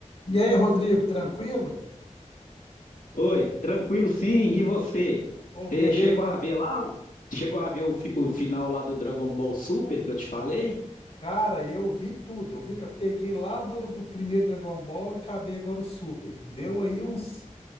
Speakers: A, on the left; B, on the left.
A: E aí, Rodrigo, tranquilo?
B: Oi, tranquilo sim. E você?
A: Ô,
B: Você
A: beleza.
B: chegou
A: tam-
B: a ver lá? o- Chegou a ver o, fi- o final lá do Dragon Ball Super que eu te falei?
A: Cara, eu vi tudo. Eu, vi- eu peguei lá do, do primeiro Dragon Ball e acabei agora o Super. Deu aí uns.